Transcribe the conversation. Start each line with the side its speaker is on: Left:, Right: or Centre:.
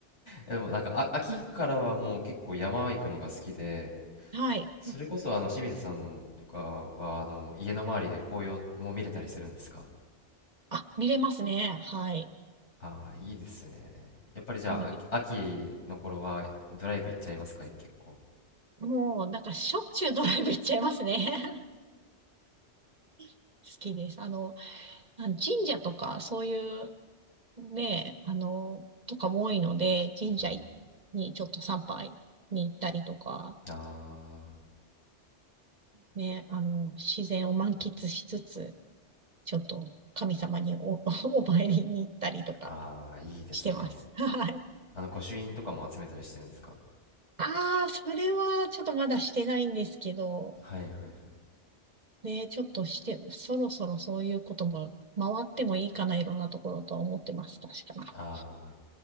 Left: えでもなんかあ秋からはもう結構山行くのが好きで
Right: はい。
Left: それこそあの清水さんとかはあの家の周りで紅葉も見れたりするんですか
Right: あ、見れますね。はい。
Left: ああー、いいですね。やっぱりじゃあ、
Right: もうい、
Left: あ秋の頃はドライブ行っちゃいますか結構。
Right: もう、なんかしょっちゅうドライブ行っちゃいますね。<laughs> 好きです。あの、あの神社とか、そういう、ね、あの、とかも多いので、神社
Left: うん。
Right: にちょっと参拝に行ったりとか、
Left: あ
Right: ね、あの、自然を満喫しつつ、ちょっと神様にお、<laughs> お参りに行ったりとか
Left: あ、ああ、いいですね。
Right: してます。<laughs> はい。
Left: あの、御朱印とかも集めたりしてるんですか
Right: ああ、それはちょっとまだしてないんですけど、
Left: はいはいはい。
Right: ねえ、ちょっとして、そろそろそういうことも回ってもいいかな、いろんなところとは思ってます。確かに。
Left: あ